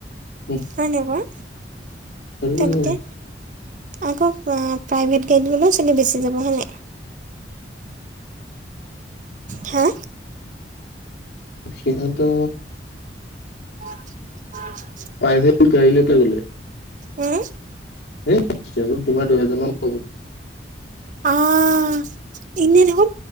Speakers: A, on the left; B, on the right.
A: উম
B: হয় নে বাও।
A: সেইটো
B: তেনেকে
A: হয়
B: আকৌ প্ৰাইভেট গাড়ীত গ'লে চলি বেছি যাব হয় নে নাই। হা।
A: সিহঁতো।
B: <unintelligible>
A: প্ৰাইভেট গাড়ী লৈ গ'লে।
B: উম।
A: সেই তোমাৰ দুহেজাৰ মান। ল'ব
B: অঁ এনে দেখোন